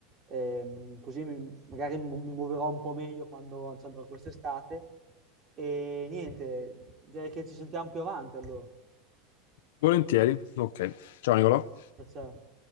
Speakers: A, on the right; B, on the left.
A: ehm, così mi- magari mi, mi muoverò un po' meglio quando ci andrò quest'estate. E niente, direi che ci sentiamo più avanti allora.
B: Volentieri, ok. Ciao Nicolò.
A: Ciao, ciao.